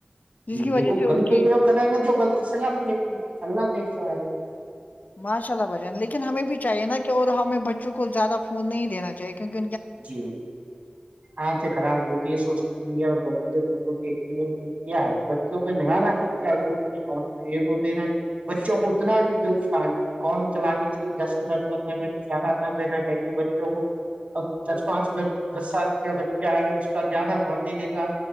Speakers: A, on the left; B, on the right.
A: جس کی وجہ
B: دیکھو
A: سے
B: غلط
A: ان کی
B: بہیو کریں گے تو غلط سزا میں دے گی اللہ دیکھتا ہے <unintelligible>
A: ماشاء اللہ ب جان لیکن ہمیں بھی چاہیے نا کہ اور ہمیں بچوں کو زیادہ فون نہیں دینا چاہیے کیک
B: جی آپ سے خراب ہوتی ہے سوشل میڈیا گندی گندی دیکتی کیا ہے بچوں کو نیا رکھ چاہی کون یہ کو دے رہا ہے <unintelligible> بچوں کو اتنا بھی دکھ پائیں گے <unintelligible> کون چلانے کے لیے دس منٹ پندرہ منٹ زیادہ نہ رہینا چاہیے بچوں کو <unintelligible> اب دس پانچ دس سال کے ب کیا ہے اس کا زیادہ فون د دے گا